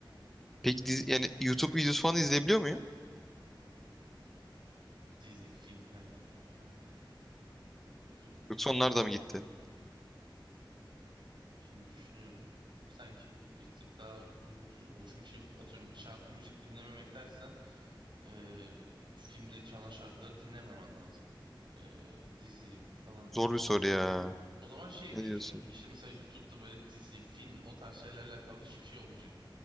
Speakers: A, in the centre; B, on the right (about 65°).
A: Peki dizi, yani YouTube videosu falan izleyebiliyor muyum?
B: Dizi film yani ha, YouTube.
A: Yoksa
B: ha, YouTube
A: onlar da mı gitti?
B: şimdi düşünüyorum. Sanki bir tık daha uyumsuz mu? Çünkü atıyorum şarkı müzik dinlememek dersen ee, filmde çalan şarkıları dinlememen lazım. Ee, dizi falan izlersin.
A: Zor bir soru ya.
B: O zaman şey
A: Ne
B: gibi
A: diyorsun?
B: düşün. İşte mesela YouTube'da böyle dizi, film o tarz şeylerle alakalı hiçbir şey olmayacak.